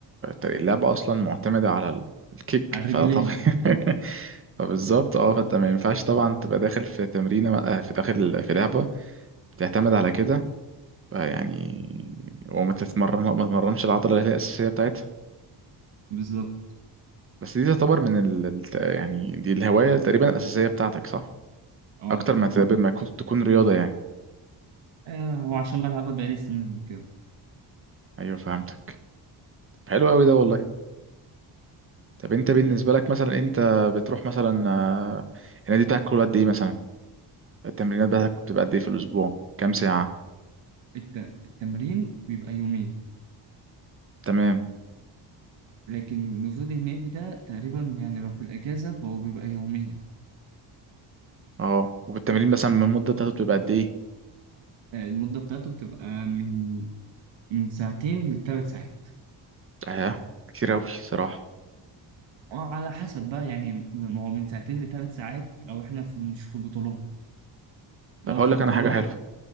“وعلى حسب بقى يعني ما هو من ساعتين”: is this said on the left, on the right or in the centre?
Right